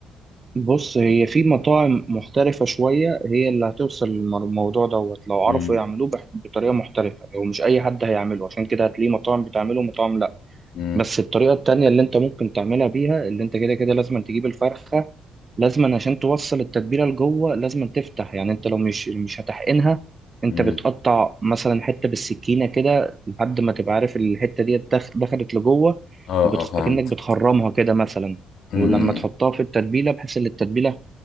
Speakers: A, on the right; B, on the left.
A: بص هي في مطاعم محترفة شوية هي اللي هتوصل للموضوع دوت لو عرفوا
B: امم
A: يعملوه بح- بطريقة محترفة ومش أي حد هيعمله عشان كده هتلاقيه مطاعم بتعمله ومطاعم
B: امم
A: بس الطريقة التانية اللي انت ممكن تعملها بيها اللي انت كده كده لازم تجيب الفرخة لازم عشان توصل التتبيلة لجوه لازم تفتح يعني انت لو مش مش هتحقنها انت
B: امم
A: بتقطع مثلا حتة بالسكينة كده لحد ما تبقى عارف الحتة دي دخ- دخلت لجوه
B: اه
A: وبتخ...
B: اه فهمت
A: كأنك بتخرمها كده مثلا
B: امم
A: ولما تحطها في التتبيلة بحيث ان التتبيلة